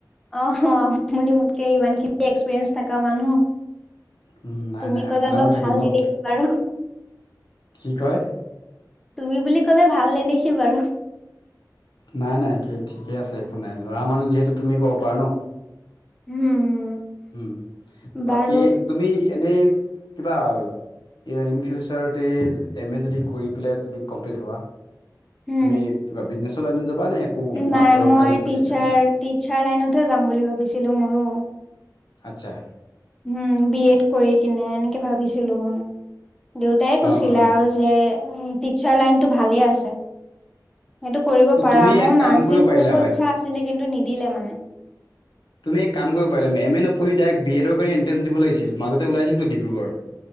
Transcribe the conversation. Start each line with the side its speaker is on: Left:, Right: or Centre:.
Centre: অ', হ'। মোলে, মোতকে ইমানখিনি এক্সপিৰিয়েঞ্চ থাকা মানুহ।
Left: উম নাই
Centre: তুমি
Left: নাই আপোনাৰো
Centre: ক'লে অলপ,
Left: থাকিব
Centre: ভাল
Left: ন
Centre: নেদেখিবা আৰু।
Left: কি কয়?
Centre: তুমি বুলি ক'লে, ভাল নেদেখি বাৰু।
Left: নাই নাই একে ঠিকে আছে, একো নাই। ল'ৰা মানুহ যিহেতু, তুমি ক'ব পাৰা ন'।
Centre: উম
Left: উম, বাকী
Centre: বাৰু
Left: তুমি এনেই কিবা য়ে ইন ফিউচাৰতে, এম এ যদি কৰি পেলাই তুমি কমপ্লিট হোৱা।
Centre: উম
Left: তুমি কিবা বিজনেছৰ লাইনত যাবা নে? একো
Centre: নাই,
Left: মাষ্টাৰৰ
Centre: মই
Left: কাৰণে কিবা
Centre: টিচাৰ
Left: কৰিবা
Centre: টিচাৰ লাইনতহে যাম বুলি ভাবিছিলোঁ মইও।
Left: আচ্ছা।
Centre: উম, বি এত কৰি কিনে, এনেকে ভাবিছিলোঁ মই। দেউতাই কৈছিলে
Left: অ অ
Centre: আৰু যে উম, টিচাৰ লাইনটো ভালে আছে। সেইটো কৰিব
Left: ত
Centre: পাৰা।
Left: তুমি
Centre: মোৰ
Left: এক
Centre: নাৰ্ছিং
Left: কাম পাৰিলা
Centre: কৰিব
Left: হয়
Centre: ইচ্ছা আছিলে, কিন্তু নিদিলে মানে। <inaudible>
Left: তুমি এক কাম কৰিব পাৰিলা। <unintelligible> মে এম এ নপঢ়ি ডাইৰেক্ট বি এডৰ কৰি এণ্ট্ৰেন্স দিব লাগিছিল। মাজতে ওলাইছিলটো ডিব্ৰুগড়।